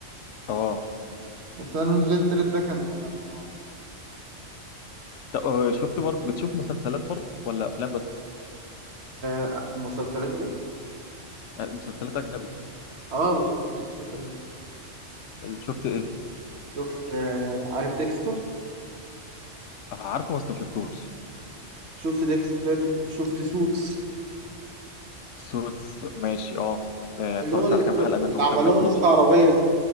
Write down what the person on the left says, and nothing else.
اه
ت- آه، شفت برضه بتشوف مسلسلات برضه ولا افلام بس
آه، مسلسلات اجنبي
شفت ايه
آه، عارفه بس ما شفتوش
سوتس ماشي اه آه، اتفرجت
على كام حلقة منه
ما
كملتوش